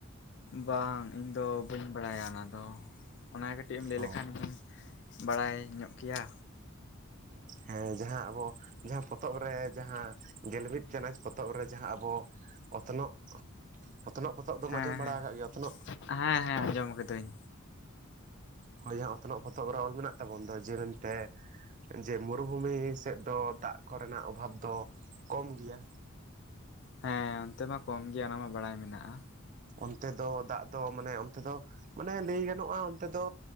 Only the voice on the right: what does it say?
ᱚ
ᱦᱮᱸ ᱡᱟᱦᱟᱸ ᱟᱵᱚ ᱡᱟᱦᱟᱸ ᱯᱚᱛᱚᱵ ᱨᱮ ᱡᱟᱦᱟᱸ ᱜᱮᱞ ᱢᱤᱫ ᱪᱟᱱᱟᱪ ᱯᱚᱛᱚᱵ ᱨᱮ ᱡᱟᱦᱟᱸ ᱟᱵᱚ᱾ ᱚᱛᱱᱚᱜ, ᱚᱛᱱᱚᱜ ᱯᱚᱛᱚᱵ ᱫᱚᱢ
ᱟᱸᱡᱚᱢ ᱵᱟᱲᱟ
ᱟᱠᱟᱫ ᱜᱮᱭᱟ ᱚᱛᱱᱚᱜ᱾
ᱦᱳᱭ ᱡᱟᱦᱟᱸ ᱚᱛᱱᱚᱜ ᱯᱚᱛᱚᱵ ᱨᱮ ᱚᱞ ᱢᱮᱱᱟᱜ ᱛᱟᱵᱚᱱ ᱫᱚ ᱡᱮ ᱢᱮᱱᱛᱮ᱾ ᱡᱮ ᱢᱩᱨᱩᱵᱷᱩᱢᱤ ᱥᱮᱫ ᱫᱚ ᱫᱟᱜ ᱠᱚᱨᱮᱱᱟᱜ ᱚᱵᱷᱟᱵᱽ ᱫᱚ ᱠᱚᱢ ᱜᱮᱭᱟ᱾
ᱚᱱᱛᱮ ᱫᱚ ᱫᱟᱜ ᱫᱚ ᱢᱟᱱᱮ ᱚᱱᱛᱮ ᱫᱚ ᱢᱟᱱᱮ ᱞᱟᱹᱭ ᱜᱟᱱᱚᱜᱼᱟ ᱚᱱᱛᱮ ᱫᱚ᱾